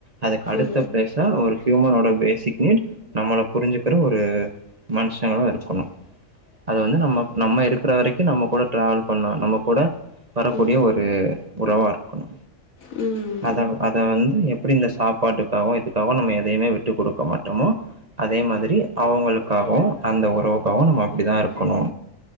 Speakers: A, on the right; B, on the left.
A: அதுக்கடுத்த
B: ம் ம் ம் ம்
A: பேசா ஒரு ஹ்யூமனோட பேசிக் நீட் நம்மள புரிஞ்சு க்குற ஒரு மனுஷங்களு இருக்கணு அது வந்து நம்ம நம்ம இருக்குற வரைக்கு நம்மக் கூட ட்ராவல் பண்ணோ நம்மக் கூட வரக்கூடிய
B: ம் ம்
A: ஒரு உறவா இருக்கணு
B: ம்
A: அத அத வந்து எப்டி இந்த சாப்பாட்டுக்காவு இதுக்காவு நம்ம எதயுமே விட்டு குடுக்க மாட்டோமோ அதே மாதிரி அவங்களுக்காகவு அந்த உறவுக்காவு நம்ம அப்டிதா இருக்கணு